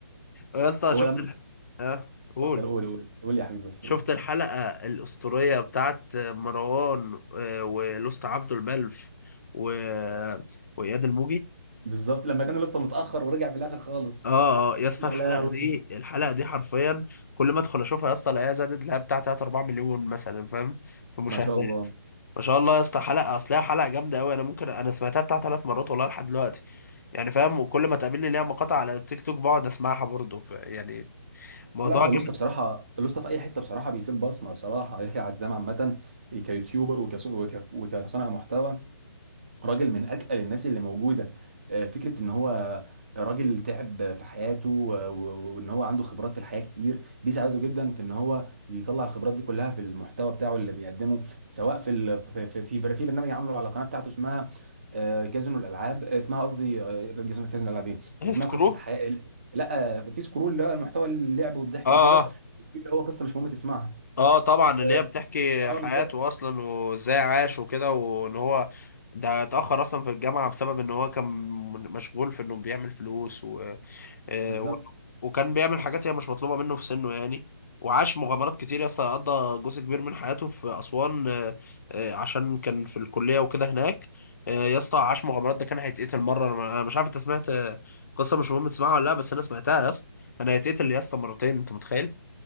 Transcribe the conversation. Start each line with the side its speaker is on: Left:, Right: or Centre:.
Left: يا اسطى
Right: <laughs>
Left: شفت
Right: ولما
Left: الح... اه قول
Right: اتفضل قول قول قول يا حبيبي بس
Left: شفت
Right: قول
Left: الحلقة الأسطورية بتاعت مروان آه، ولوست عبده البلف و... وإياد الموجي
Right: بالظبط لما كان لسه متأخر ورجع في الآخر خالص
Left: اه اه يا اسطى
Right: يا
Left: الحلقة
Right: لهوي
Left: دي الحلقة دي حرفيا كل ما ادخل اشوفها يا اسطى الاقيها زادت لها بتاع 3 4 مليون مثلا فاهم في مشاهدات
Right: ما شاء الله
Left: ما شاء الله يا اسطى حلقة اصلها حلقة جامدة قوي انا ممكن انا سمعتها بتاع ثلاث مرات والله لحد دلوقتي يعني فاهم وكل ما تقابلني ليها مقاطع على التيك توك بقعد اسمعها برضه ف- يعني موضوع
Right: لا هو
Left: جامد
Right: لسه بصراحة لسه في أي حتة بصراحة بيسيب بصمة بصراحة يحيى عزام عامة كيوتيوبر وكص- وك- وكصانع محتوى راجل من اتقل الناس اللي موجوده آه، فكره ان هو راجل تعب في حياته و- و- وان هو عنده خبرات في الحياه كتير دي ساعدته جدا في ان هو يطلع الخبرات دي كلها في المحتوى بتاعه اللي بيقدمه سواء في ال... في في في بر- في برنامج عامله على القناه بتاعته اسمها آه، كازينو الالعاب آه، اسمها قصدي آه، كازينو كازينو الالعاب ايه
Left: <laughs>
Right: اسمها
Left: سكرو
Right: قصه حياه لا آه، في سكرول اللي هو محتوى اللعب والضحك
Left: اه
Right: وكده
Left: اه
Right: في اللي هو قصه مش مهم تسمعها
Left: اه طبعا
Right: اه
Left: اللي هي بتحكي
Right: آه،
Left: حياته
Right: بالظبط
Left: اصلا وازاي عاش وكده وان هو ده اتأخر اصلا في الجامعة بسبب ان هو كان مشغول في انه بيعمل فلوس و... آه،
Right: بالظبط
Left: و... وكان بيعمل حاجات هي مش مطلوبة منه في سنه يعني وعاش مغامرات كتير يا اسطى قضى جزء كبير من حياته في أسوان آه، آه، عشان كان في الكلية وكده هناك آه، يا اسطى عاش مغامرات ده كان هيتقتل مرة انا أنا مش عارف انت سمعت آه، قصة مش مهم تسمعها ولا لا بس انا سمعتها يا اسطى كان هيتقتل يا اسطى مرتين انت متخيل